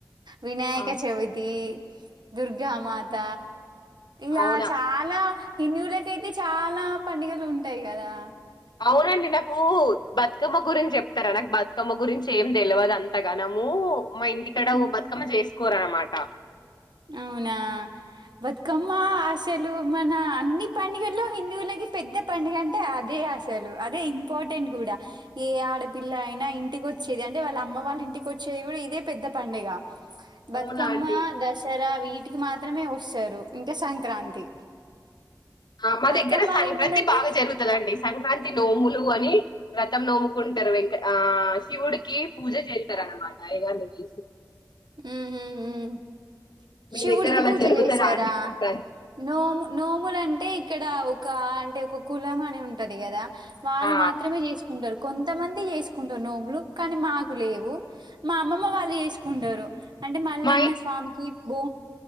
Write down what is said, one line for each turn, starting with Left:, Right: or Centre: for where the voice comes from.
Right: వినాయక
Left: ఆ
Right: చవితి దుర్గా మాత ఇలా
Left: అవునా
Right: చాలా హిందువులకైతే చాలా పండుగలు ఉంటాయి కదా
Left: అవునండి ఓ బతుకమ్మా గురించి చెప్తారా నాకు బతుకమ్మ గురించి ఏం తెలియదు అంతగానము మా ఇంటికడ
Right: ఉ
Left: బతుకమ్మ చేసుకోర మాటా
Right: అవునా బతుకమ్మ ఆశలు మన అన్ని పండుగల్లో హిందువులకి పెద్ద పండుగ అంటే, అదే ఆశలు అదే ఇంపార్టెంట్ కూడా ఏ ఆడపిల్ల అయినా ఇంటికి వచ్ వచ్చేది అంటే వాళ్ళ అమ్మ వాళ్ళ ఇంటికి వచ్చది కూడా ఇదే పెద్ద పండుగ బతుకమ్మ
Left: అవునా అండి
Right: దశ ఇలా వీటికి మాత్రమే వస్తారు ఇంకా సంక్రాంతి
Left: ఆ మా
Right: బతుకమ్మ
Left: దగ్గర సంక్రాంతి
Right: ఏముందంటే
Left: బాగా జరుగుతదండి సంక్రాంతి నోములు అని రతం నోముకుంటారు వెంక ఆ ఆ శివుడికి పూజ చేస్తారన్నమాట అయ్యగానికి
Right: ఉహు ఉహూ మ్
Left: మీ
Right: శివుడికి
Left: దగ్గర అలా
Right: పూజ
Left: జరుగుతదా
Right: చేశారా
Left: అండి సంక్రాంతి
Right: నోము నోములు అంటే ఇక్కడ ఒక అంటే ఒక కులం అనే ఉ టది కదా వాళ్ళు
Left: ఆ
Right: మాత్రమే చేసుకుంటారు కొంతమంది ఏసు కుంట నోములు కానీ మాక్ కు లేవు మా అమ్మమ్మ వాళ్ ఉండరు అంటే మళ్ళన్న
Left: మా
Right: స్వామికి బో